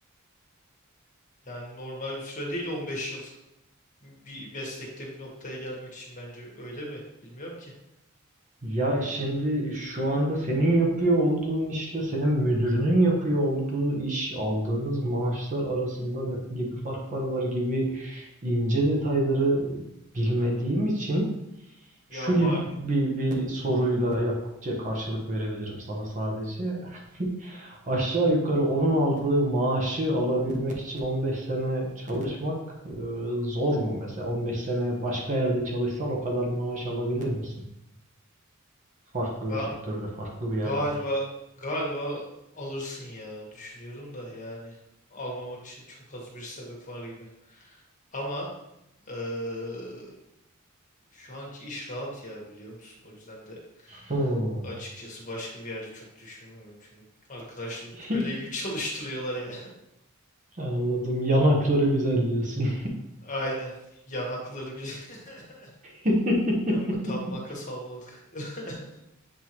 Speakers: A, on the left (about 35°); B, on the right (about 35°).
A: Yani normal bir süre değil 15 yıl. Bir meslekte bir noktaya gelmek için bence öyle mi? Bilmiyorum ki.
B: Ya şimdi şu anda senin yapıyor olduğun işle senin müdürünün yapıyor olduğu iş aldığınız maaşlar arasında ne gibi farklar var gibi ince detayları bilmediğim için
A: Ya
B: Şu
A: ma
B: gibi bir bir soruyla yak- karşılık verebilirim sana sadece. <laughs> Aşağı yukarı onun aldığı maaşı alabilmek için 15 sene çalışmak e, zor mu? Mesela 15 sene başka yerde çalışsan o kadar maaş alabilir misin? Farklı
A: ga-
B: bir sektörde, farklı bir yerde.
A: galiba galiba alırsın ya düşünüyorum da yani almamak için çok az bir sebep var gibi. Ama eee, şu anki iş rahat ya biliyor musun? O yüzden de
B: Hmm,
A: açıkçası başka bir yerde çok düşünmüyorum. Çünkü arkadaşlarım
B: <laughs>
A: köle gibi çalıştırıyorlar ya.
B: anladım. Yanakları güzel diyorsun.
A: <laughs> Aynen. Yanakları güzel. <laughs>
B: <laughs>
A: Hem tam vaka salmalık. <laughs>